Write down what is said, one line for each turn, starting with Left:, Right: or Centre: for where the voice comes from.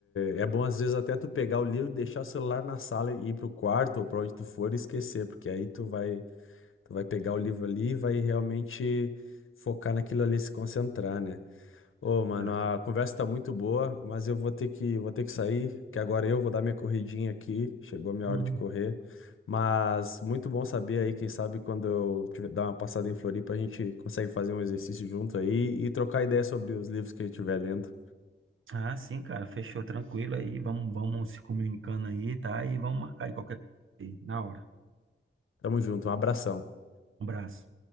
Left: é bom às vezes até tu pegar o livro, deixar o celular na sala e ir pro quarto ou para onde tu for e esquecer, porque aí tu vai, tu vai pegar o livro ali e vai realmente focar naquilo ali, e se concentrar, né? Ô, mano,
Right: Verdade.
Left: a conversa tá muito boa, mas eu vou ter que, vou ter que sair, que agora eu vou dar minha corridinha aqui. Chegou a minha
Right: Uhum.
Left: hora de correr. Mas muito bom saber aí, quem sabe quando eu tiver, dar uma passada em Floripa, a gente consegue fazer um exercício junto aí e trocar ideia sobre os livros que a gente estiver lendo.
Right: Ah, sim, cara, fechou, tranquilo aí. Vamos, vamos se comunicando aí, tá? E vamos marcar aí qualquer coisa aí, na hora.
Left: Tamo junto, um abração.
Right: Um abraço.